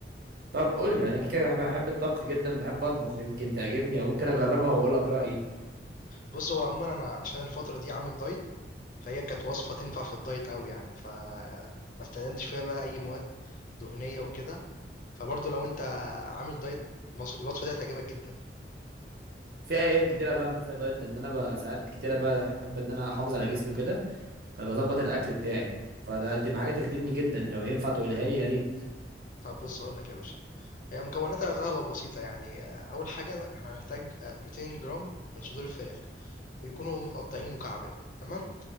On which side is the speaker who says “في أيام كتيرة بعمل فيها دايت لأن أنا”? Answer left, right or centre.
Right